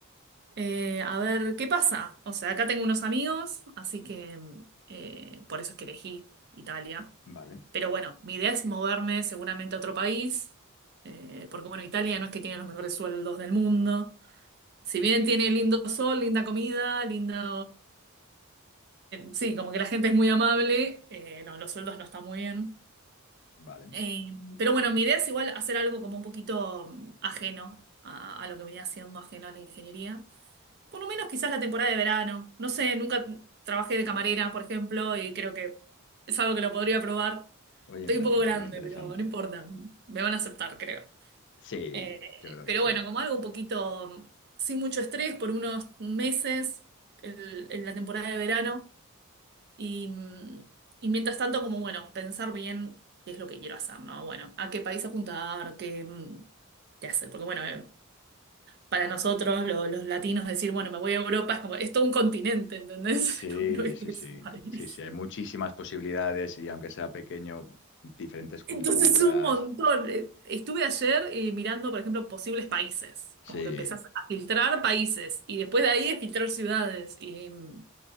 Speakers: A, on the right (about 50°); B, on the left (about 55°).
A: Eh, a ver, ¿qué pasa? O sea, acá tengo unos amigos, así que eh, por eso es que elegí Italia.
B: vale,
A: Pero bueno, mi idea es moverme seguramente a otro país, eh, porque bueno, Italia no es que tiene los mejores sueldos del mundo. Si bien tiene lindo sol, linda comida, linda sí, como que la gente es muy amable, eh, no, los sueldos no están muy bien.
B: vale.
A: Eh, pero bueno, mi idea es igual hacer algo como un poquito mm, ajeno a, a lo que venía siendo ajeno a la ingeniería. Por lo menos quizás la temporada de verano. No sé, nunca trabajé de camarera, por ejemplo, y creo que es algo que lo podría probar.
B: Oye,
A: Estoy
B: me parecen
A: un poco grande,
B: súper interesantes.
A: pero no importa. Me van a aceptar, creo.
B: Sí,
A: Eh,
B: yo creo que
A: pero
B: sí.
A: bueno, como algo un poquito sin mucho estrés por unos meses el- en la temporada de verano y, mm, y mientras tanto como bueno, pensar bien qué es lo que quiero hacer, ¿no? Bueno, a qué país apuntar, qué, mm, qué hacer, porque bueno, para nosotros, lo- los latinos, decir, bueno, me voy a Europa, es como, es todo un continente, ¿entendés?
B: Sí,
A: <laughs> No, no es
B: sí,
A: que es
B: sí.
A: un país.
B: Sí, sí, hay muchísimas posibilidades y aunque sea pequeño, diferentes culturas.
A: Entonces es un montón. Eh, Estuve ayer eh, mirando, por ejemplo, posibles países,
B: Sí,
A: como que empezás a filtrar países y después de ahí a filtrar ciudades. Y, mm,